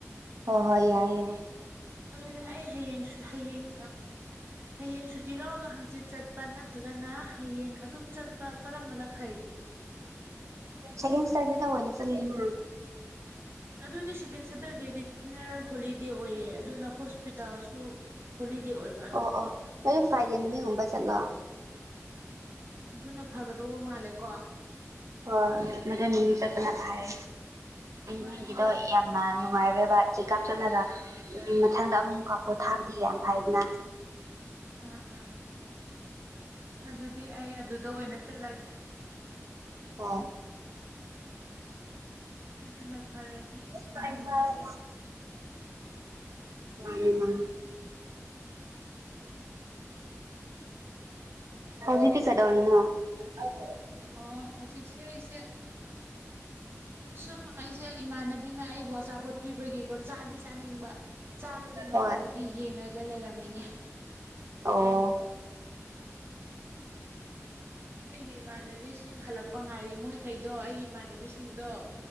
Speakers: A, on the right; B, on the right.
A: ꯍꯣꯏ ꯍꯣꯏ ꯌꯥꯏ ꯌꯥꯏ
B: ꯑꯗꯨꯗꯤ ꯑꯩ ꯍꯌꯦꯡ ꯍꯌꯦꯡ ꯍꯌꯦꯡ ꯁꯨꯇꯤ ꯂꯧꯔꯒ ꯍꯪꯆꯤꯠ ꯆꯠꯄ ꯅ ꯅꯗ꯭ꯔꯒꯅ ꯍꯌꯦꯡ ꯑꯗꯨꯝ ꯆꯠꯄ ꯀꯔꯝꯕꯅ ꯐꯩ
A: ꯁꯀꯦꯟ ꯁꯇꯔꯗꯤꯗꯅ ꯆꯠꯂꯁꯤꯅ
B: ꯑꯗꯨꯗꯤ ꯁꯀꯦꯟꯁꯗꯔ ꯗꯦꯔꯤ ꯖꯦꯅꯔꯦꯜ ꯍꯣꯂꯤꯗꯦ ꯑꯣꯏꯌꯦ ꯑꯗꯨꯅ ꯍꯣꯁꯄꯤꯇꯥꯜꯁꯨ ꯍꯣꯂꯤꯗꯦ ꯑꯣꯏꯕ
A: ꯑꯣ ꯑꯣ ꯅꯗꯨ ꯐ꯭ꯔꯥꯏꯗꯦ ꯅꯨꯃꯤꯠꯒꯨꯝꯕ ꯆꯠꯂꯣ
B: ꯑꯗꯨꯅ ꯐꯒꯗꯧꯕ ꯃꯥꯜꯂꯦꯀꯣ
A: ꯍꯣꯏ ꯃꯗꯨ ꯆꯠꯇꯅ ꯐꯔꯦ
B: ꯍꯣꯏ
A: ꯅꯪꯒꯤꯗꯣ
B: ꯑꯩꯁꯨ
A: ꯌꯥꯝꯅ ꯅꯨꯡꯉꯥꯏꯔꯣꯏꯕ ꯆꯦꯛꯀꯞ ꯆꯠꯂꯒ ꯃꯊꯪꯗ ꯑꯃꯨꯛꯀ ꯄꯣꯠ ꯊꯥꯕꯗꯤ ꯌꯥꯝ ꯐꯩꯗꯅ
B: ꯑꯥ ꯑꯥ ꯑꯗꯨꯗꯤ ꯑꯩ ꯑꯗꯨꯗ ꯑꯣꯏꯅ ꯆꯠꯂꯒꯦ
A: ꯍ
B: ꯑꯗꯨꯅ ꯐꯔꯅꯤ
A: ꯀ <inaudible> ꯃꯥꯅꯦ ꯃꯥꯅꯦ ꯍꯧꯖꯤꯛꯗꯤ ꯀꯗꯧꯔꯤꯅ ꯑꯩ
B: ꯑꯣ ꯍꯧꯖꯤꯛꯁꯦ ꯑꯩꯁꯦ ꯁꯨꯝ ꯑꯩꯁꯦ ꯏꯃꯥꯟꯅꯕꯤꯅ ꯑꯩꯕꯨ ꯑꯆꯥꯄꯣꯠ ꯄꯤꯕꯒꯤꯀꯣ ꯆꯥꯗꯤ ꯆꯥꯅꯤꯡꯕ ꯆꯥꯕꯗꯤ ꯉꯝꯗꯕꯒꯤ
A: ꯍꯣꯏ
B: ꯌꯦꯡꯉꯒ ꯂꯩꯔꯝꯃꯤꯅꯦ
A: ꯑꯣ
B: ꯑꯩꯒꯤ ꯏꯃꯥꯟꯅꯕꯤꯁꯤꯡ ꯍꯜꯂꯛꯄ ꯉꯥꯏꯔꯤ ꯃꯣꯏꯈꯩꯗꯣ ꯑꯩꯒꯤ ꯏꯃꯥꯟꯅꯕꯤꯁꯤꯡꯗꯣ